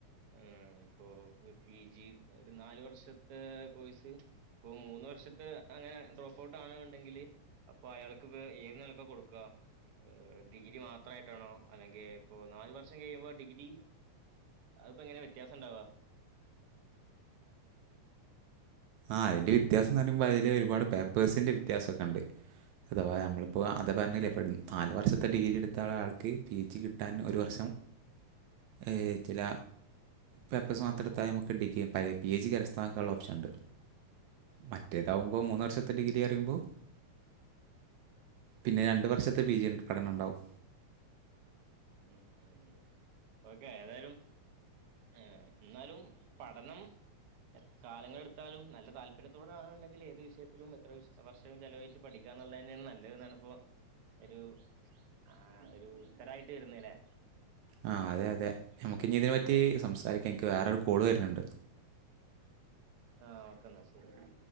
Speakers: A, on the right (about 60°); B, on the right (about 75°).
A: ഏഹ് ഇപ്പോ ഒരു പി ജി ഒരു നാല് വർഷത്തെ കോഴ്സ് ഇപ്പോ മൂന്ന് വർഷത്തെ അങ്ങനെ ഡ്രോപ്പ് ഔട്ട് ആണെന്നുണ്ടെങ്കില് അപ്പൊ അയാൾക്ക് വേ ഏത് നിലക്കെ കൊടുക്കുക ഡിഗ്രി മാത്രായിട് ട്ടാണോ അല്ലെങ്കിൽ ഇപ്പോ നാല് വർഷം കഴിയുമ്പോ ഡിഗ്രി അതിപ്പോ എങ്ങനെ വ്യത്യാസം ഉണ്ടാവ
B: ആഹ് അതിന്റെ വ്യത്യാസംന്ന് പറയുമ്പോ അതില് ഒരുപാട് പേപ്പേഴ്സിന്റെ വ്യത്യാസൊക്കെ ഉണ്ട് അഥവാ നമ്മളിപ്പോ അത് പറഞ്ഞില്ലേ ഇപ്പ നാല് വർഷത്തെ ഡിഗ്രി എടുത്ത ഒരാൾക്ക് പി ജി കിട് ട്ടാൻ ഒരു വർഷം ഏഹ് ചില പേപ്പഴ്സ് മാത്രെടുത്താലും നമുക്ക് ഡിഗ്രി പഴെ പി എ ജി കരസ്ഥമാക്കാനുള്ള ഓപ്ഷൻ ഉണ്ട് മറ്റേതാവുമ്പോ മൂന്ന് വർഷത്തെ ഡിഗ്രി പറയുമ്പോ പിന്നെ രണ്ട് വർഷത്തെ പി ജി ണ്ട് പഠനം ഉണ്ടാവും
A: ഉം ഉം ഉം ഓക്കെ ഏതായാലും ഏഹ് ഇന്നാലും പഠനം എത് കാലങ്ങളെടുത്താലും നല്ല താല്പര്യത്തോടാണ് ഉണ്ടെങ്കിൽ ഏത് വിഷയത്തിലും എത്ര വിഷ് വർഷവും ചെലവഴിച്ചും പഠിക്കാന്നുള്ളന്നെയാണ് നല്ലത് എന്നാണ് ഇപ്പോ ഒരു ആഹ് ഒരു ഉത്തരായി ട്ടിരുന്നില്ലേ
B: ആഹ് അതെ അതെ നമുക്ക് ഇനി ഇതിനെ പറ്റി സംസാരിക്കാം എനിക്ക് വേറൊരു കോള് വരുന്നുണ്ട്
A: ആഹ് ഓക്കെന്നാ ശരി